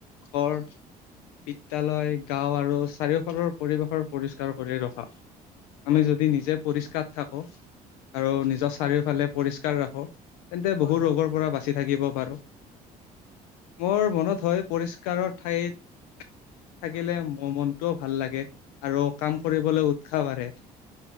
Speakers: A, on the left; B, on the left.
A: ঘৰ। বিদ্যালয়, গাঁও আৰু চাৰিওফালৰ পৰিৱেশৰ পৰিষ্কাৰ কৰি ৰখা। আমি
B: হয়
A: যদি নিজে পৰিষ্কাৰ থাকোঁ আৰু
B: হয়
A: নিজৰ চাৰিওফালে পৰিষ্কাৰ ৰাখো তেন্তে
B: হয়
A: বহু
B: হয়
A: ৰোগৰ পৰা বাচি থাকিব পাৰোঁ। মোৰ মনত হয় পৰিষ্কাৰক ঠাইত থাকিলে মোৰ মনটোও ভাল লাগে আৰু কাম কৰিবলৈ উৎসাহ বাঢ়ে।